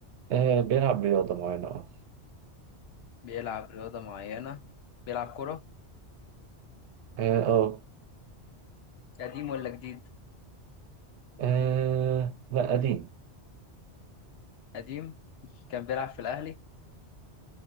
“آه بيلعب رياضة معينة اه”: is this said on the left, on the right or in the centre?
Right